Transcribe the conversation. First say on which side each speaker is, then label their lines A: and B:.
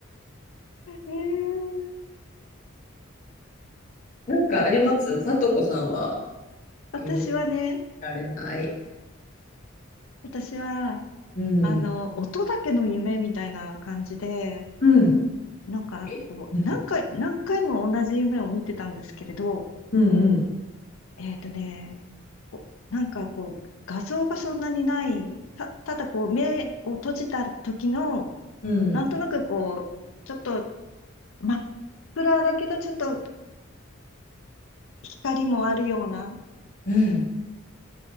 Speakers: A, on the left; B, on the left.
A: ええ
B: なんかありますさとこさんは
A: と、私はね、
B: 夢見られない。
A: 私は、
B: うん。
A: あの、音だけの夢みたいな感じで、
B: うん。
A: なんかこう、
B: え
A: 何回、
B: うん。
A: 何回も同じ夢を見てたんですけれど、
B: うんうん。
A: えっとね、なんかこう、画像がそんなにない、た、ただこう、目を閉じた時の、
B: うん。
A: なんとなくこう、ちょっと真っ暗だけど、ちょっと光もあるような、
B: うん